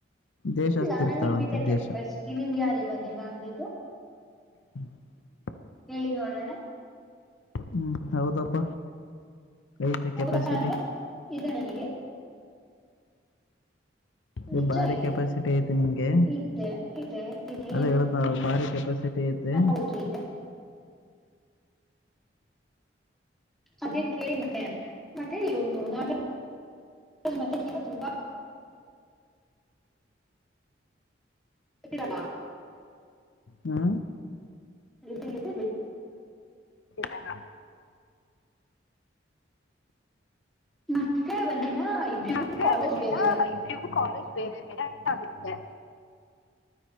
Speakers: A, on the left; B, in the centre.
A: ದೇಶ
B: ಇಲ್ಲ
A: ತಿರುಗ್ತಾಳಂತೆ
B: ನನಗ್ ಕೆಪಸಟಿ
A: ದೇಶ
B: ನಿಮ್ಗೆ ಯಾರ ಇಿವವಾಗಿಲ್ಲ ಅಂದಿದ್ದು
A: <inaudible>
B: ಹೇಳಿ ನೋಡಣ್ಣ
A: ಹ್ಮ್ ಹೌದಪ್ಪ ಐತೆ
B: ಹೌದಪ್ಪ
A: ಕೆಪಾಸಿಟಿ
B: ಅಂದ್ರೆ ಇದೆ ನನಗೆ ನಿಜ
A: ಇ ಭಾರಿ ಕೆಪಾಸಿಟಿ
B: ಇದೆ
A: ಐತೆ ನಿಂಗೆ
B: ಇದೆ ಇದೆ ಇದೆ
A: ಅದೇ
B: ಇಲ್ಲ
A: ಹೇಳತ್ ನ ಭಾರಿ ಕೆಪಾಸಿಟಿ ಐತೆ
B: ಹೌದು ಇದೆ ಅದೇ ಕೇಳಿ ಮತ್ತೆ ಮತ್ತೆ ಇವನು ನ ಮತ್ತ ತುಂಬ ಹತೀರಲ್ಲ
A: ಹ್ಮ
B: ಇದಗ ಬಿ
A: ಇಾನ
B: ಮತ್ತೆ ಒಂದಿನ ಇಬ್ರಿಗೂ
A: ಮ
B: ಕಾಲೇಜ್
A: ಒಂದಿನ
B: ಬೇರೆ
A: ಇಬ್ಬರಿಗೂ ಕಾಲೇಜ್ ಬೇರೆ ಬೇರೆ ಆ ಆಗಿದೆ